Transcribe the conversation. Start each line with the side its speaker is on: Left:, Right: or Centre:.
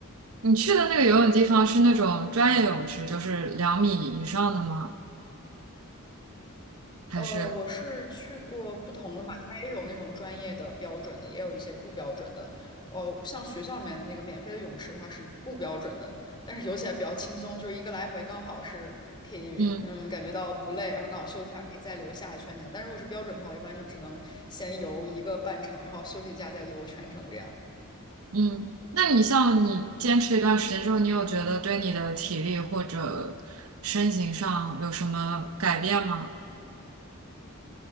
Right: 你去的那个游泳地方是那种专业泳池，就是两米以上的吗？还是？
Left: 呃，我是去过不同的吧，它也有那种专业的标准的，也有一些不标准的。哦，像学校里面的那个免费的泳池的话是不标准的，但是游起来比较轻松，就是一个来回刚好是可以，
Right: 嗯
Left: 嗯，感觉到不累，然后刚好休息一下，可以再游下一圈那样。但如果是标准的话，我一般就只能先游一个半程，然后休息一下再游全程这样。
Right: 嗯，那你像你坚持一段时间之后，你有觉得对你的体力或者身形上有什么改变吗？